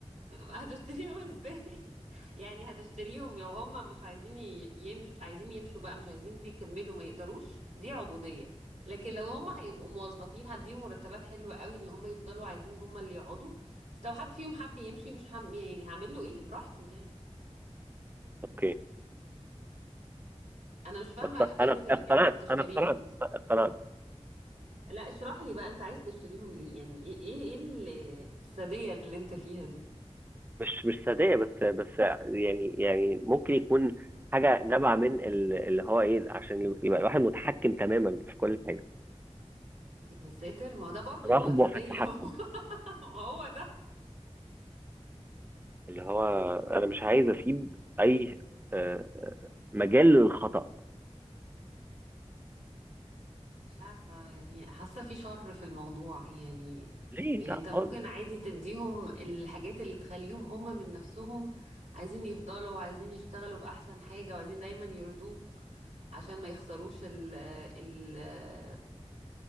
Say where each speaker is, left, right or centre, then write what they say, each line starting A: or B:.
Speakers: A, on the right; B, on the right.
A: هتشتريهم ازاي <laughs> يعني هتشتريهم لو هم مش عايزين ي- يمشوا عايزين يمشوا بقى مش عايزين يكملوا ما يقدروش دي عبودية لكن لو هم هيبقوا موظفين هديهم مرتبات حلوة قوي ان هم يفضلوا عايزين هم اللي يقعدوا بس لو حد فيهم حب يمشي مش هم يعني هعمل له ايه براحته يعني
B: اوكي
A: انا مش فاهمة
B: اقت-
A: فكرة
B: انا
A: ال...
B: اقتنعت
A: انك تشتريهم
B: انا اقتنعت
A: دي
B: اقتنعت
A: لا اشرح لي بقى انت عايز تشتريهم ليه يعني ايه ايه إيه ال- السادية اللي انت فيها دي
B: مش مش صدقيه بس بس يعني يعني ممكن يكون حاجه نابعه من ال- اللي هو ايه عشان يبقى الواحد متحكم تماما في كل حاجه
A: يا ساتر ما هو ده برضو
B: رغبة
A: سادية
B: في التحكم
A: <laughs> هو ده
B: اللي هو انا مش عايز اسيب اي آه، آه، مجال للخطأ
A: مش عارفة يعني حاسة في شر في الموضوع يعني
B: ليه
A: يعني
B: لا
A: انت
B: خالص
A: ممكن عادي تديهم الحاجات اللي تخليهم هم من نفسهم عايزين يفضلوا وعايزين يشتغلوا بأحسن حاجة وعايزين دايما يرضوك عشان ما يخسروش ال ال